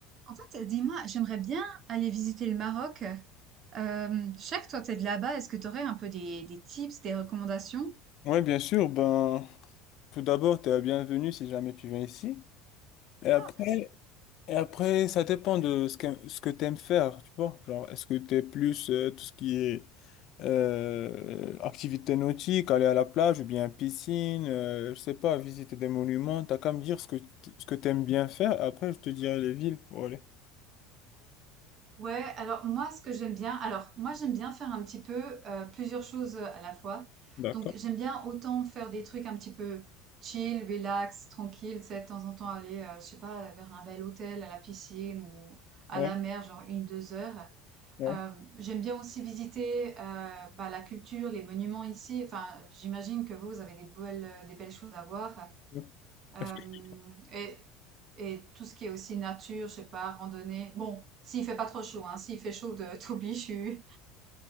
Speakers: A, on the right; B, on the left.
A: En fait, euh, dis-moi, j'aimerais bien aller visiter le Maroc. Euh, je sais que toi, t'es de là-bas. Est-ce que tu aurais un peu des, des tips, des recommandations?
B: Oui, bien sûr. Ben, tout d'abord, tu es la bienvenue si jamais tu viens ici. Et après,
A: Ah, merci.
B: et après ça dépend de ce que, ce que tu aimes faire, tu vois. Genre, est-ce que tu es plus euh, tout ce qui est euh, activité nautique, aller à la plage ou bien piscine, euh, je sais pas, visiter des monuments. T'as qu'à me dire ce que, t- ce que tu aimes bien faire. Après, je te dirai les villes. Bon, allez.
A: Ouais, alors moi, ce que j'aime bien, alors moi, j'aime bien faire un petit peu euh, plusieurs choses à la fois.
B: D'accord.
A: Donc, j'aime bien autant faire des trucs un petit peu chill, relax, tranquille, tu sais, de temps en temps aller, euh, je sais pas, vers un bel hôtel, à la piscine ou à
B: Ouais,
A: la mer, genre une, deux heures.
B: ouais.
A: Euh, j'aime bien aussi visiter euh, bah, la culture, les monuments ici. Enfin, j'imagine que vous, vous avez des belles, euh, des belles choses à voir.
B: ouais.
A: Euh,
B: <laughs>
A: et, et tout ce qui est aussi nature, je sais pas, randonnée. Bon, s'il fait pas trop chaud, hein, s'il fait chaud, de- <laughs> t'oublies, je suis.